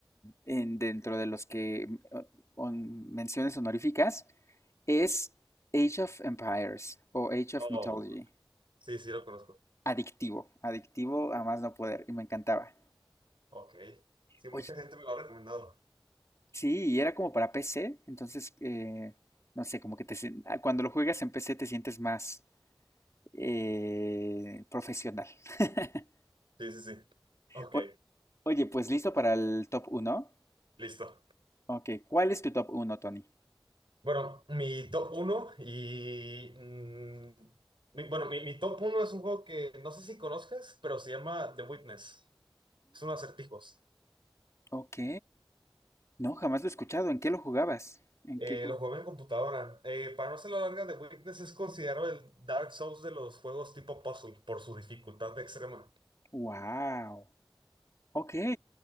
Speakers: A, on the left; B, on the right.
A: en- dentro de los que eh, hon- menciones honoríficas es Age of Empires o Age
B: Oh.
A: of Mythology.
B: Sí, sí, lo conozco.
A: Adictivo, adictivo
B: Ok.
A: a más no poder y me encantaba.
B: Ok. Sí, mucha
A: Oye,
B: gente me lo ha recomendado.
A: sí, y era como para PC, entonces eh, no sé, como que te, sien- ah, cuando lo juegas en PC te sientes más eh, profesional. <laughs>
B: Sí, sí, sí. Ok,
A: O- Oye, pues listo para el top uno
B: listo.
A: Ok, ¿cuál es tu top uno Tony?
B: Bueno, mi top uno y... mm, mi- bueno, mi, mi top uno es un juego que no sé si conozcas, pero se llama The Witness. Son acertijos.
A: Ok. No, jamás lo he escuchado. ¿En qué lo jugabas? ¿En
B: Eh,
A: qué con...
B: lo juego en computadora. Eh, para no ser la larga, The Witness es considerado el Dark Souls de los juegos tipo puzzle por su dificultad extrema.
A: Wow. Ok.